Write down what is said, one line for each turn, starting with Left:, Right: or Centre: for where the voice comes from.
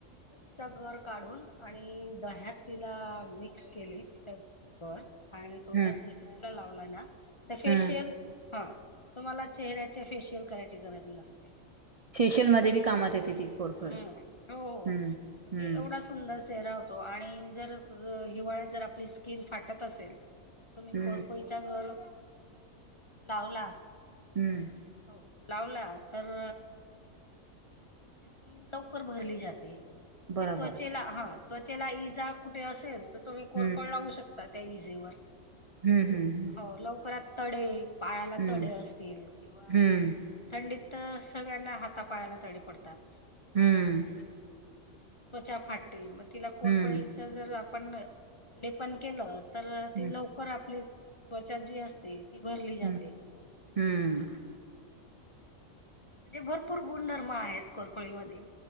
Left: तिचा गर काढून आणि दह्यात तिला मिक्स केली तिच्या बर आणि
Right: हम्म
Left: तो जर शेकरायला लावला ना तर फेशियल
Right: हम्म
Left: हा, तुम्हाला चेहऱ्याच्या फेशियल करायची गरज नसते.
Right: फेशियल
Left: इतकं सुंदर
Right: मध्ये बी कामात येते ती कोडफड
Left: हम्म हो हो.
Right: हम्म,
Left: म्हणजे
Right: हम्म
Left: एवढा सुंदर चेहरा होतो आणि जर हिवाळ्यात जर आपली स्किन फाटत असेल तर तुम्ही
Right: हम्म
Left: कोरफोडीचा गर लावला.
Right: हम्म
Left: हो लावला तर तुमची स्किन लवकर भरली जाते,
Right: बरोबर
Left: जे त्वचेला आहात. त्वचेला इजा कुठे असेल, तर तुम्ही कोरफड
Right: हम्म
Left: लावू शकता त्या इजेवर
Right: हम्म
Left: हो लवकरात तडे पायाला
Right: हम्म
Left: तडे असतील किंवा
Right: हम्म
Left: थंडीतं सगळ्यांना हातापायाला तडी पडतातं.
Right: हम्म
Left: त्वचा फाटते, मग तिला कोरपळीच
Right: हम्म हम्म
Left: जर आपण लेपन केलं तर
Right: हम्म
Left: ती लवकर आपली त्वचा जी असते, ती भरली जाते.
Right: हम्म हम्म
Left: म्हणजे भरपूर गुणधर्म आहेत कोरपळीमध्ये.